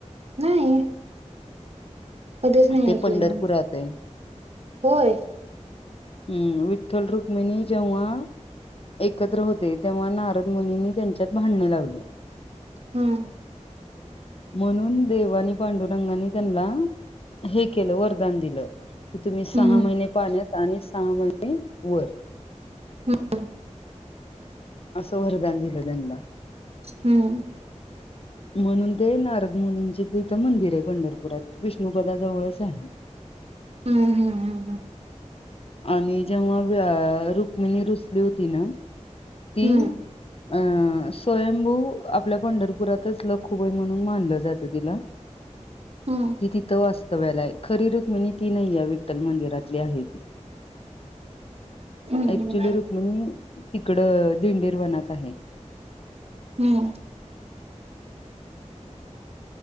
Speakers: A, on the right; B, on the left.
A: नाही. कधीच नाही
B: ते
A: ऐकलेलं
B: पंढरपुरात
A: मी
B: आहे
A: होय.
B: हम्म विठ्ठल रुक्मिणी जेव्हा एकत्र होते तेव्हा नारद मुनींनी त्यांच्यात भांडण लावले.
A: हम्म.
B: म्हणून देवानी पांडुरंगानी त्यांना- हे केलं वरदान दिलं. की तुम्ही सहा
A: हम्म,
B: महिने पाहण्यात आणि सहा महिनै वर.
A: हम्म हम.
B: असं वरदान दिलं त्यांना-
A: हम्म
B: म्हणून ते नारद मुनींचे तिथं मंदिर आहे पंढरपुरात विष्णुपदा जवळच आहे.
A: हम्म हम्म हम् हम्म.
B: आणि जेव्हा रुक्मिणी रुसली होती ना- ते.
A: हम्म,
B: अ स्वयंभू आपल्या पंढरपुरातच लखुबाई म्हणून मानलं जात. तिला
A: हम्म,
B: ती तिथ अस. व्यालाय खरी रुक्मिणी ती नाही या विठ्ठल मंदिरातली आहे ती.
A: हम्म,
B: ऍक्चुली रुक्मिणी- इकड दिंडीर वनात आहे.
A: हम्म